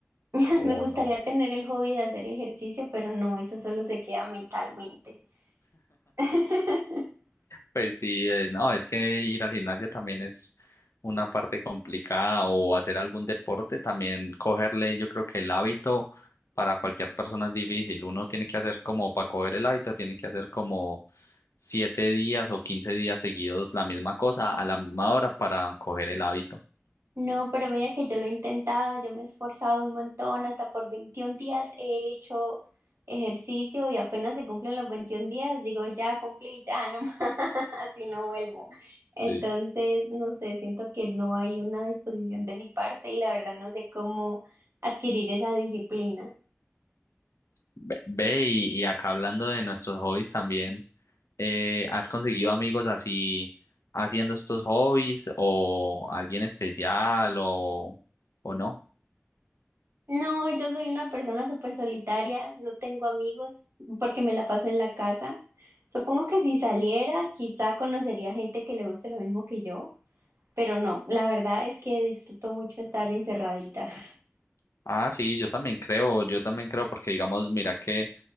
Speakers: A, on the right; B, on the left.
A: <laughs>
B: o
A: Me gustaría
B: no?
A: tener el hobby de hacer ejercicio, pero no, eso solo se queda mentalmente. <laughs>
B: Pues sí, eh, no, es que ir al gimnasio también es una parte complicada o hacer algún deporte, también cogerle, yo creo que el hábito para cualquier persona es difícil. Uno tiene que hacer como, para coger el hábito, tiene que hacer como siete días o quince días seguidos la misma cosa a la misma hora para coger el hábito.
A: No, pero mira que yo lo he intentado, yo me he esforzado un montón, hasta por 21 días he hecho ejercicio y apenas se cumplen los 21 días, digo, ya cumplí, ya no más, <laughs> así no vuelvo. Entonces,
B: Sí.
A: no sé, siento que no hay una disposición de mi parte y la verdad no sé cómo adquirir esa disciplina.
B: Ve, ve, y, y acá hablando de nuestros hobbies también. eh, ¿has conseguido amigos así haciendo estos hobbies o alguien especial o, o no?
A: No, yo soy una persona súper solitaria, no tengo amigos porque me la paso en la casa. Supongo que si saliera, quizá conocería gente que le guste lo mismo que yo, pero no, la verdad es que disfruto mucho estar encerradita. <laughs>
B: Ah, sí, yo también creo, yo también creo porque digamos, mira que